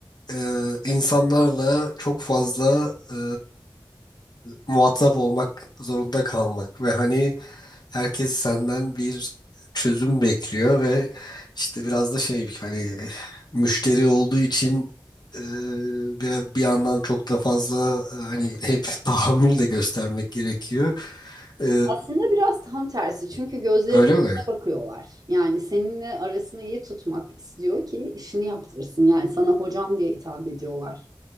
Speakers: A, on the left; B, on the right.
A: e, insanlarla çok fazla e, muhatap olmak zorunda kalmak ve hani herkes senden bir çözüm bekliyor ve işte biraz da şey hani müşteri olduğu için e, bir, bir yandan çok da fazla e, hani hep <laughs> tahammül de göstermek gerekiyor. E,
B: Aslında biraz tam tersi çünkü gözlerinin
A: öyle
B: içine
A: mi?
B: bakıyorlar. Yani seninle arasını iyi tutmak istiyor ki işini yaptırsın. Yani sana hocam diye hitap ediyorlar.